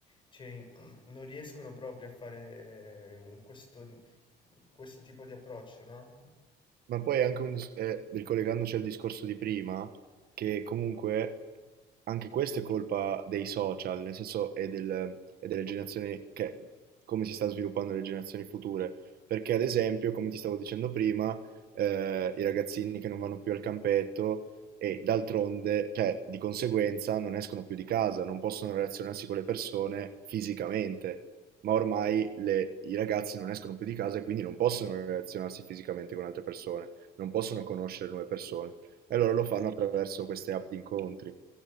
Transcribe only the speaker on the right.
Ma poi è anche un dis- eh, ricollegandoci al discorso di prima, che comunque anche questo è colpa dei social, nel senso e del- e delle generazioni che, come si sta sviluppando le generazioni future. Perché, ad esempio, come ti stavo dicendo prima, eh, i ragazzini che non vanno più al campetto e d'altronde, cioè di conseguenza, non escono più di casa, non possono relazionarsi con le persone fisicamente. Ma ormai le- i ragazzi non escono più di casa e quindi non possono relazionarsi fisicamente con altre persone, non possono conoscere nuove persone. E allora lo fanno attraverso queste app di incontri.